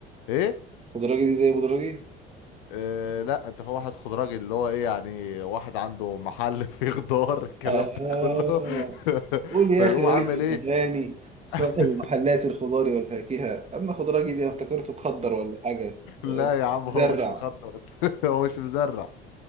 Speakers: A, on the left; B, on the right.
A: ايه
B: بدراجي دي زي بدراجي
A: آه لا انت فاهم واحد خضراجي اللي هو ايه يعني واحد عنده محل <laughs> فيه خضار الكلام
B: آه
A: ده كله <laughs>
B: قول يا
A: فيقوم
B: اخي راجل
A: عامل ايه
B: فكهاني صاحب
A: <laughs>
B: محلات الخضار والفاكهه اما خضراجي دي انا افتكرته مخضر ولا حاجه
A: لا
B: آه،
A: يا عم
B: بيزرع
A: هو مش مخضر <laughs> هو مش مزرع